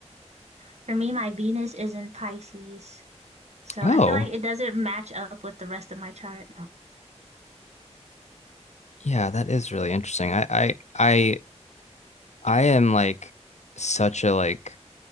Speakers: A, on the right; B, on the left.
A: For me, my Venus is in Pisces. So
B: Oh,
A: I feel like it doesn't match up with the rest of my chart.
B: yeah, that is really interesting. I I I I am like such a like